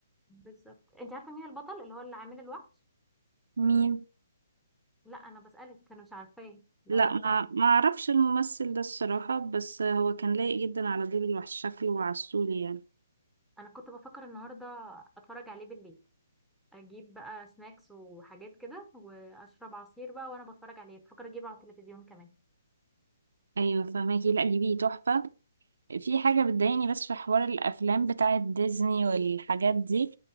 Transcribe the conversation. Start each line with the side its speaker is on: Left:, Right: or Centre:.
Centre: بالظبط انت عارفه مين البطل اللي هو اللي عامل الوحش
Right: مين
Centre: لا انا بسالك انا مش عارفاه لو
Right: لا
Centre: انت
Right: ما
Centre: تعرفي
Right: ما اعرفش الممثل ده الصراحة بس هو كان لايق جدا على دور الوحش شكله وعسولي يعني
Centre: انا كنت بفكر النهارده اتفرج عليه بالليل اجيب بقى سناكس وحاجات كده واشرب عصير بقى وانا بتفرج عليه بفكر اجيبه على التلفزيون كمان
Right: ايوه فهماكي لا دي بيه تحفة في حاجة بتضايقني بس في حوار الافلام بتاعة ديزني والحاجات دي